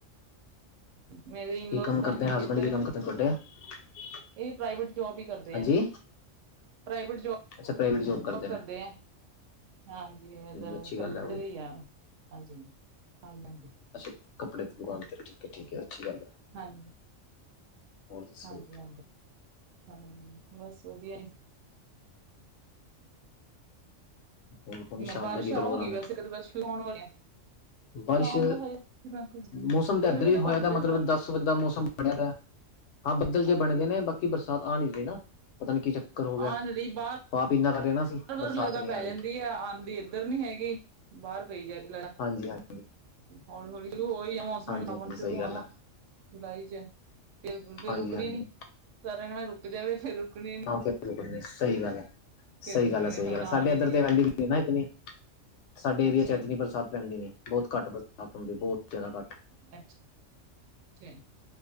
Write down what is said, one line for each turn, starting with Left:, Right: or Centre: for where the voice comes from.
Right: ਮੇਰੇ ਇਨ
Left: ਕੀ
Right: ਲਾਜ਼
Left: ਕੰਮ
Right: ਤਾ
Left: ਕਰਦੇ
Right: ਹੈ ਨੀ
Left: ਨੇ
Right: ਗੇ ਇਧਰ
Left: <unintelligible>
Right: ਇਹ ਪ੍ਰਾਈਵੇਟ ਜੋਬ ਹੀ ਕਰਦੇ
Left: ਹਾਂਜੀ
Right: ਹੈ, ਪ੍ਰਾਈਵੇਟ ਜੋਬ
Left: ਅੱਛਾ ਪ੍ਰਾਈਵੇਟ ਜੋਬ
Right: <unintelligible>
Left: ਨੇ
Right: ਕਰਦੇ ਆ ਹਾਂਜੀ ਇਦ
Left: ਅੱਛੀ
Right: ਕੱਪੜੇ
Left: ਗੱਲ ਹੈ ਉਹ
Right: ਦਾ ਹੀ ਆ। ਹਾਂਜੀ, ਹਾਂਜੀ, ਹਾਂਜੀ।
Left: ਅੱਛਾ ਕੱਪੜੇ ਦੀ ਦੁਕਾਨ ਤੇ ਠੀਕ ਹੈ, ਠੀਕ ਹੈ ਅੱਛੀ ਗੱਲ ਹੈ।
Right: ਹਾਂਜੀ,
Left: ਹੋਰ ਦੱਸੋ
Right: ਹਾਂਜੀ, ਹਾਂਜੀ ਹਾਂ ਬਸ ਵਧੀਆ ਹੀ।
Left: ਹੋਰ ਹੁਣ ਸ਼ਾਮ
Right: ਬਾਰਿਸ਼
Left: ਦਾ ਕੀ ਪ੍ਰੋਗਰਾਮ
Right: ਆਊਗੀ ਵੈਸੇ
Left: ਹੈ
Right: <unintelligible> ਸ਼ੂਰੂ ਹੋਣ ਵਾਲੀ ਆ।
Left: ਬਾਰਿਸ਼
Right: ਸ਼ਾਮ ਦਾ ਹਜੇ
Left: ਮੌਸਮ ਤਾਂ
Right: ਬਦਲ
Left: ਇੱਧਰ
Right: ਜਾ
Left: ਵੀ ਹੋਇਆ
Right: ਪਾਂਦਾ
Left: ਦਾ, ਤਾਂ
Right: ਸ਼ਾਇਦ
Left: ਮਤਲਬ ਦਸ ਮੌਸਮ ਬਣਿਆ ਦਾ ਹਾਂ ਬੱਦਲ
Right: ਹਾਂਜੀ,
Left: ਜੇ ਬਣੇਦੇ
Right: ਹਾਂਜੀ
Left: ਨੇ ਬਾਕੀ ਬਰਸਾਤ ਆ ਨੀ ਰਹੀ ਨਾ ਪਤਾ ਨੀ ਕੀ ਚੱਕ ਚੱਕਰ ਹੋ ਗਿਆ
Right: ਹਾਂ ਜਿਹੜੀ ਬਾਹਰ
Left: ਪਾਪ ਇੰਨਾ ਕਰ ਰਹੇ ਨਾ ਅਸੀਂ
Right: <unintelligible>
Left: ਬਰਸਾਤ ਨਹੀਂ ਆ ਰਹੀ ਹਾਂਜੀ, ਹਾਂਜੀ।
Right: ਹੋਲੀ, ਹੋਲੀ ਸ਼ੂਰੂ ਹੋਈ ਹੈ ਮੋਸਮ
Left: ਹਾਂਜੀ-ਹਾਂਜੀ
Right: ਸਾਵਣ
Left: ਸਹੀ
Right: ਸ਼ੁਰੂ ਹੋਣ
Left: ਗੱਲ
Right: ਵਾਲਾ।
Left: ਆ
Right: ਜੁਲਾਈ ਚ ਫੇਰ ਫੇਰ
Left: ਹਾਂਜੀ-ਹਾਂਜੀ
Right: ਰੁਕਣੀ ਨੀ ਸਾਰੇ ਕਹਿਣਾ ਰੁਕ ਜਾਵੇ ਫੇਰ ਰ ਰੁਕਣੀ ਨੀ।
Left: <unintelligible> ਸਹੀ ਗੱਲ
Right: ਹੁਣ
Left: ਹੈ ਸਹੀ
Right: ਫਿਰ ਰੁਕਣੀ
Left: ਗੱਲ ਹੈ
Right: ਨੀ
Left: ਸਹੀ
Right: ਹੁਣ
Left: ਗੱਲ
Right: ਆ
Left: ਸਾਡੇ
Right: ਨੀ
Left: ਇੱਧਰ
Right: ਰਹੀ
Left: ਤੇ
Right: ਹੈਗੀ
Left: ਵੈਲਯੂ ਹੀ ਨੀ ਨਾ ਇਤਨੀ। ਸਾਡੇ ਏਰੀਏ
Right: ਅੱਛਾ
Left: ਚ ਇਤਨੀ
Right: ਜੀ
Left: ਬਰਸਾਤ ਪੈਂਦੀ ਨੇ ਬਹੁਤ ਘੱਟ ਬਰਸਾਤ ਹੁੰਦੀ ਬਹੁਤ ਜ਼ਿਆਦਾ ਘੱਟ।
Right: <inaudible>